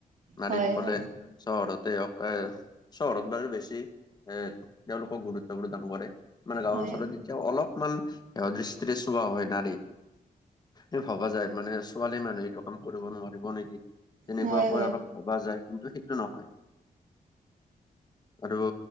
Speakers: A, on the left; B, on the right.
A: নাৰীসকলে
B: হয় হয় হয়
A: চহৰতে হওঁক এ চহৰত বাৰু বেছি এ তেওঁলোকক গুৰুত্ব প্ৰদান কৰে মানে গাঁও
B: হয়
A: অঞ্চলত
B: হয়
A: এতিয়াও অলপমান দৃষ্টিৰে চোৱা হয় নাৰী এই ভবা যায় মানে ছোৱালী মানুহে এইটো কাম কৰিব নোৱাৰিব নেকি তেনেকুৱাকৈ
B: হয় হয়
A: অলপ ভবা যায় কিন্তু সেইটো নহয় আৰু